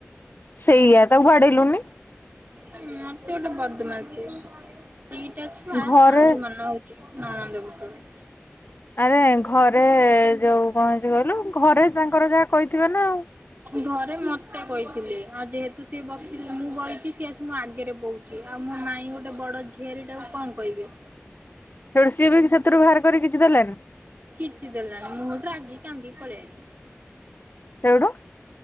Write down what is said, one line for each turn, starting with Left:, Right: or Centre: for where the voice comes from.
Left: ସେଇଆ ତାକୁ ଵାଡେଇଲୁନି।
Right: ମ ଅତି ଗୋଟେ ବଦମାସି ଦିଟା ଛୁଆ
Left: ଘରେ
Right: ଆହୁରି ମନ ହଉ ଚି ନଣନ୍ଦ ପୁଟୁଳି।
Left: ଆରେ ଘରେ ଯୋଉ କଣ ହେଇଚି କହିଲୁ ଘରେ ତାଙ୍କର ଯାହା କହିଥିବେ ନା ଆଉ।
Right: ଘରେ ମତେ କହିଥିଲେ ଆଉ ଯେହେତୁ ସିଏ ବସିଲେ ମୁଁ ବଇଚି ସିଏ ଆସି ମୋ ଆଗରେ ବଉ ଚି ଆଉ ମୋ ମାଇଁ ଗୋଟେ ବଡ ଝିଆରୀ ଟାକୁ କଣ କହିବେ।
Left: ସେଇଠୁ ସିଏ ବି ସେଥିରୁ ବାହାର କରି କିଛି ଦେଲାନି।
Right: କିଛିି ଦେଲାନି ମୁଁ ହେଇଟୁ ରାଗିକି କାନ୍ଦି ପଳେଇ ଆଇଲି।
Left: ସେଉଠୁ?